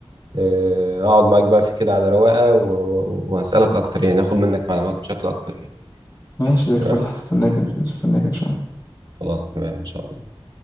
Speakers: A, on the right (about 55°); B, on the left (about 45°).
A: آه، اقعد معاك بقى في كده على رواقة و- وهسألك اكتر يعني اخد منك معلومات بشكل اكتر يعني
B: ماشي زي
A: تمام
B: الفل هستناك مستناك ان شاء الله
A: خلاص تمام ان شاء الله